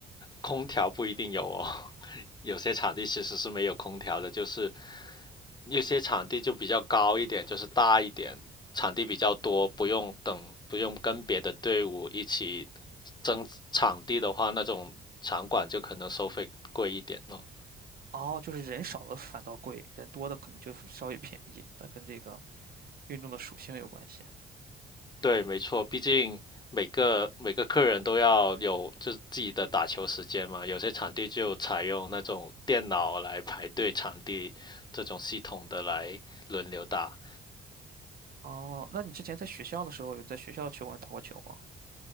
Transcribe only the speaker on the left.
空调不一定有哦，<laughs> 有些场地其实是没有空调的，就是有些场地就比较高一点，就是大一点，场地比较多，不用等，不用跟别的队伍一起争场地的话，那种场馆就可能收费贵一点咯。
对，没错，毕竟每个每个客人都要有就自己的打球时间嘛，有些场地就采用那种电脑来排队场地这种系统的来轮流打。